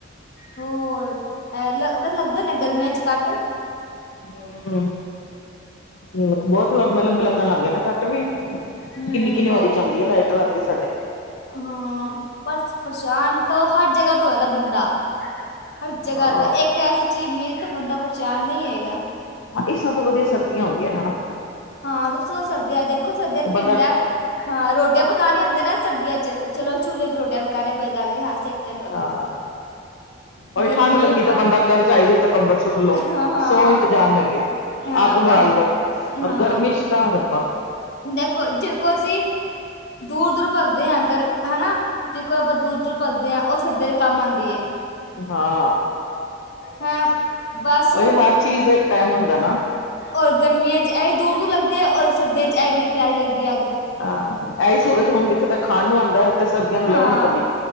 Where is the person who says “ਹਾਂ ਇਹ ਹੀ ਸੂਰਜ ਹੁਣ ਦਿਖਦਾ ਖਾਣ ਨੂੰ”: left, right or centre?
Left